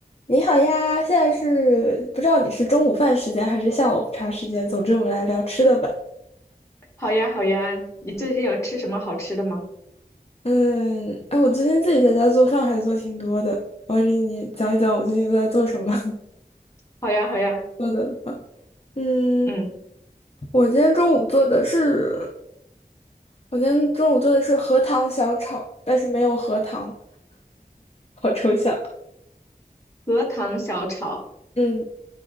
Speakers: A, on the left; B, on the left.
A: 你好呀，现在是不知道你是中午饭时间还是下午茶时间，总之我们来聊吃的吧。
B: 好呀，好呀，你最近有吃什么好吃的吗？
A: 嗯，哎，我最近自己在家做饭还做挺多的，我给你讲一讲我最近都在做什么
B: 好呀，好呀，
A: <laughs> 做的的话。嗯，
B: 嗯，
A: 我今天中午做的是，我今天中午做的是荷塘小炒，但是没有荷塘，好抽象。
B: 荷塘小炒，
A: 嗯，